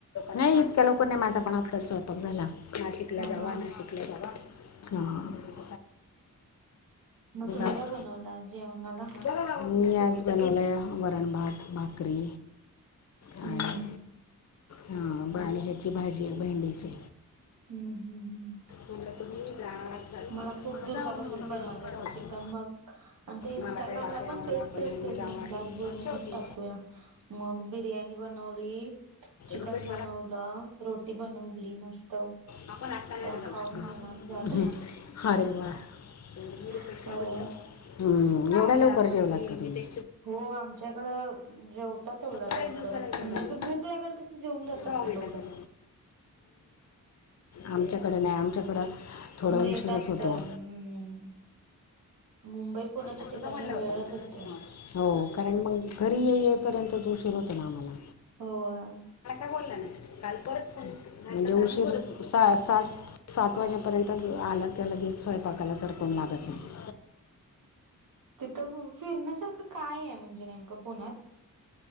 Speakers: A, on the left (about 50°); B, on the right (about 80°).
A: नइ इतक्या लोकर नइ माझ पण आत्ताच स्वयपाक झाला नाशिकला
B: हा
A: जावा
B: हा.
A: नाशिकला हा
B: म तुमी
A: आज
B: काय बनवलाय आज जेवणाला
A: बघा बाबा मी आज बनवलाय वरण भात भाकरी
B: हम्म
A: आणि हां बाआणि हेची भाजी भेंडीची.
B: हम्-हम्-हम्
A: म्हणलं तुम्ही जाणार असाल
B: मला खूप
A: तर
B: दिवसापासून
A: जावा म्हणलं
B: बनवायचं
A: तुझी इच्छा
B: होत
A: होती
B: चिकन मग आणि ते इंस्टाग्रामला
A: मला काही जाता येणार
B: पण तेच-तेच-तेच
A: नाही म्हणून मी जावा
B: म्हटलं
A: अशी
B: आज
A: तुझी
B: बनवूनच
A: इच्छा होती
B: टाकूया. मग बिर्याणी बनवली चिकन
A: रुपेश
B: बनव ब्लं, रोटी बनवली मस्त.
A: आपण आत्ता नाही ना जाऊ
B: खाऊन
A: हं
B: निवांत झालंय
A: हरे व्वा. ते वूड पेशा
B: होय.
A: म्हणलं, हम्. एवढ्या लवकर जेवलात का तुमी?
B: हो आमच्याकडं अ जेवतात येवड्या
A: चाळीस
B: लवकरंच,
A: दिवसानंतर
B: मंजे
A: झाली
B: असं भूक लागल तसं जेऊन जातात.
A: सहा महिना
B: ते लोकं
A: झाला आमच्याकडं नाय आमच्याकडं थोडं
B: लेट
A: उंशीरच
B: असत
A: होतो.
B: हम्म मुंबई पुण्याच्या
A: थोडसं
B: ठिकाणी
A: म्हणलं
B: वेळच
A: होतं,
B: होते
A: हो कारण मग घरी ये ये पर्यतच उशीर होतोय म आम्हाला.
B: होय.
A: बोला नाही, काल परत फोन म्हणजे उशीर सा सात सात वाजेपर्यतच आला की, लगेच स्वयंपाकाला तर कोण लागत नाही.
B: तिथं व्हयं फिरण्या सारखं काय हाय, म्हणजे नेमकं पुण्यात?